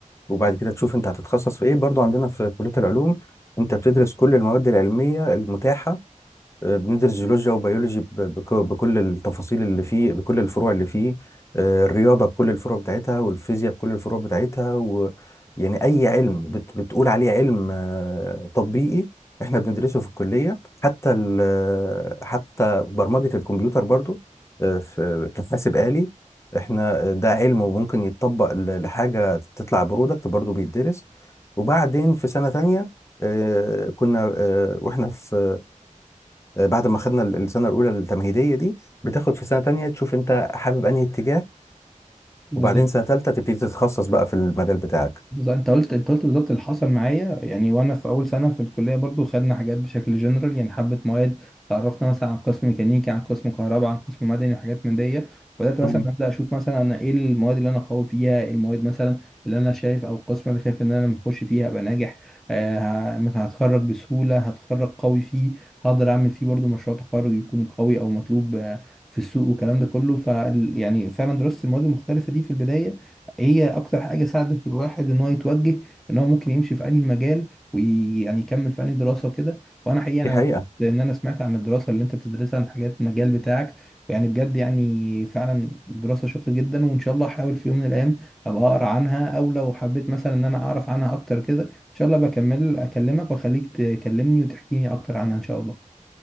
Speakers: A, on the left; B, in the centre.
A: وبعد كده تشوف أنت هتتخصص في إيه برضو عندنا في كلية العلوم أنت بتدرس كل المواد العلمية المتاحة آه، بندرس جيولوجيا وبيولوجي ب- بك- بكل التفاصيل اللي فيه بكل الفروع اللي فيه آه، الرياضة بكل الفروع بتاعتها والفيزياء بكل الفروع بتاعتها و يعني أي علم بت بتقول عليه علم آه، تطبيقي احنا بندرسه في الكلية حتى ال حتى برمجة الكمبيوتر برضو آه، في كحاسب آلي احنا آه، ده علم وممكن يتطبق ل- لحاجة تطلع برودكت برضو بيتدرس وبعدين في سنة تانية آه، كنا آه، واحنا في آه، بعد ما خدنا ال- السنه الاولى التمهيديه دي بتاخد في سنه تانية تشوف انت حابب انهي اتجاه
B: بالظبط
A: وبعدين سنه تالتة تبتدي تتخصص بقى في المجال بتاعك
B: بالظبط انت قلت انت قلت بالظبط اللي حصل معايا يعني وانا في اول سنه في الكليه برضو خدنا حاجات بشكل جنرال يعني حبه مواد تعرفنا مثلا عن قسم ميكانيكي عن قسم كهرباء عن قسم مدني وحاجات من دي بدات مثلا
A: مهم.
B: ابدا اشوف مثلا انا ايه المواد اللي انا قوي فيها إيه المواد مثلا اللي انا شايف او القسم اللي أنا شايف ان انا لما اخش فيها ابقى ناجح آه ه- مثلا هتخرج بسهوله هتخرج قوي فيه هقدر اعمل فيه برضو مشروع تخرج يكون قوي او مطلوب آه، في السوق والكلام ده كله ف يعني فعلا درست المواد المختلفه دي في البدايه هي اكتر حاجه ساعدت في الواحد ان هو يتوجه ان هو ممكن يمشي في انهي مجال ويعني يكمل في انهي دراسه وكده وانا حقيقه انا
A: دي حقيقه
B: مبسوط لان انا سمعت عن الدراسه اللي انت بتدرسها عن حاجات المجال بتاعك يعني بجد يعني فعلا دراسه شيقه جدا وان شاء الله احاول في يوم من الايام ابقى اقرا عنها او لو حبيت مثلا ان انا اعرف عنها اكتر كده ان شاء الله بكمل اكلمك واخليك تكلمني وتحكيني اكتر عنها ان شاء الله